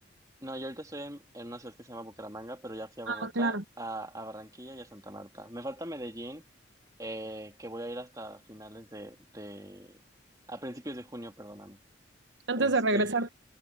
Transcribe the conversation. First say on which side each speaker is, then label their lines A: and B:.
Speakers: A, on the right; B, on the right.
A: No, yo ahorita estoy en, en una ciudad que se llama Bucaramanga, pero ya fui a
B: Ah,
A: Bogotá,
B: claro.
A: a, a Barranquilla y a Santa Marta. Me falta Medellín, eh, que voy a ir hasta finales de, de, a principios de junio, perdóname.
B: Antes
A: Este,
B: de regresar.